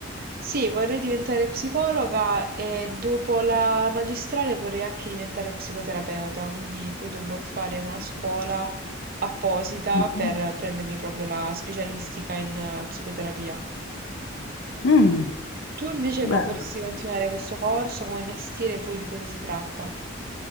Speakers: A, on the right (about 45°); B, on the left (about 65°).
A: Sì, vorrei diventare psicologa e dopo la magistrale vorrei anche diventare psicoterapeuta, quindi poi dovrò fare una scuola apposita
B: Mhm.
A: per prendermi proprio la specialistica in eh, psicoterapia.
B: Mm,
A: Tu invece
B: bello.
A: co- vorresti continuare questo corso come mestiere, poi di cosa si tratta?